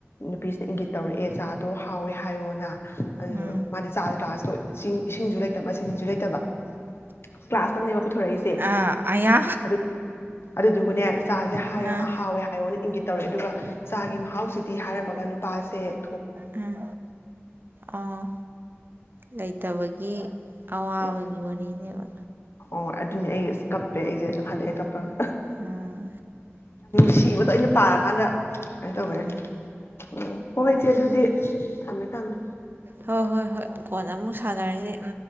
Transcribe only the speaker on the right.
ꯎꯝ
ꯑꯥ ꯑꯌꯥ
ꯑꯥ
ꯎꯝ ꯑꯣ ꯂꯩꯇꯕꯒꯤ ꯑꯋꯥꯕꯒꯤ
ꯋꯥꯔꯤꯅꯦꯕ
ꯎꯝ
ꯎꯝ
ꯍꯣꯏ ꯍꯣꯏ ꯍꯣꯏ ꯀꯣꯟꯅ ꯑꯃꯨꯛ ꯁꯥꯟꯅꯔꯤꯁꯤ